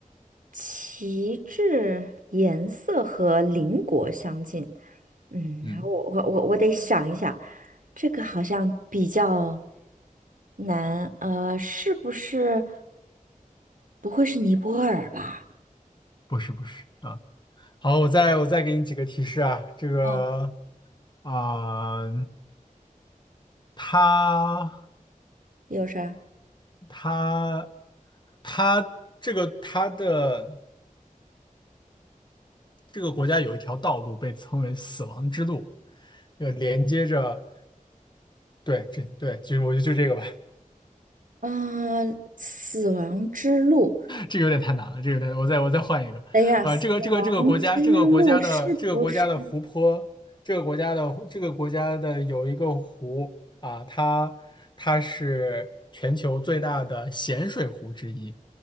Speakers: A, on the right; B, on the left.
A: 旗帜颜色和邻国相近，嗯，
B: 嗯，
A: 然后我我我我得想一想，这个好像比较难，呃，是不是不会是尼泊尔吧？
B: 不是不是啊。好，我再我再给你几个提示啊。这个
A: 嗯，
B: 啊，它
A: 有啥？
B: 它它这个它的这个国家有一条道路被称为死亡之路，呃，连接着对这对，就是我就就这个吧。
A: 嗯、死亡之路，
B: 这个有点太难了，这个有点，我再我再换一个，
A: 等一下，
B: 呃，
A: 死亡之路是不是
B: 这个这个这个国家，这个国家的这个国家的湖泊，这个国家的这个国家的有一个湖啊，它它是全球最大的咸水湖之一，